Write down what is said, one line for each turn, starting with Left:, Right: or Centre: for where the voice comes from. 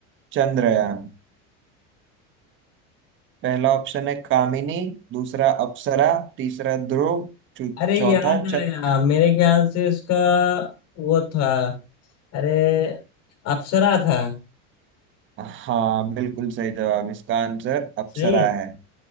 Right: चंद्रयान पहला ऑप्शन है कामिनी दूसरा अप्सरा तीसरा ध्रुव चौ-
Left: अरे
Right: चौथा
Left: याद
Right: चंद्र
Left: आया मेरे ख्याल से इसका वो था अरे अप्सरा था
Right: हाँ बिल्कुल सही जवाब इसका आंसर अप्सरा
Left: सही है
Right: है